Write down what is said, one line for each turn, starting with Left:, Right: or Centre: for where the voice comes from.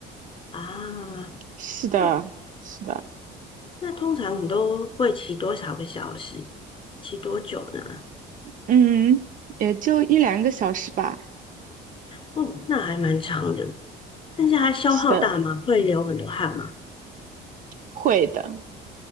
Left: 啊？
Right: 是的，
Left: 那
Right: 是的。
Left: 那通常你都会骑多少个小时？骑多久呢？
Right: 嗯，也就一两个小时吧。
Left: 哦，那还蛮长的，但是它消耗大吗？
Right: 是的，
Left: 会流很多汗吗？
Right: 会的，